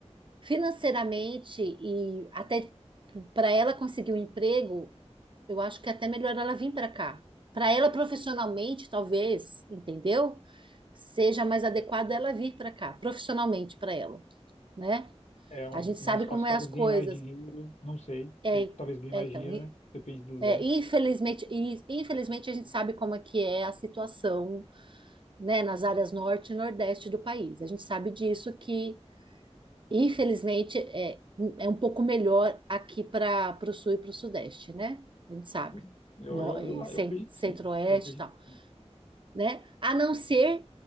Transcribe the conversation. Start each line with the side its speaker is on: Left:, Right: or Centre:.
Right: financeiramente e até para ela conseguir um emprego, eu acho que é até melhor ela vir para cá. Para ela profissionalmente, talvez, entendeu? Seja mais adequado ela vir para cá, profissionalmente para ela, né?
Left: É uma-
Right: A gente sabe
Left: mais fácil,
Right: como é
Left: talvez
Right: as coisas.
Left: ganhe mais dinheiro, não sei.
Right: É,
Left: Talvez ganhe
Right: é,
Left: mais
Right: então,
Left: dinheiro,
Right: e-
Left: né? Depende do lugar.
Right: é, infelizmente, e- infelizmente a gente sabe como é que é a situação, né, nas áreas norte e nordeste do país. A gente sabe disso que, infelizmente, é, é um pouco melhor aqui para o sul e para o sudeste, né? A gente sabe.
Left: Sim. Eu,
Right: No,
Left: eu,
Right: é,
Left: eu,
Right: cen-
Left: eu acredito
Right: centro-oeste
Left: que sim. Eu acredito
Right: e tal
Left: que sim.
Right: né? A não ser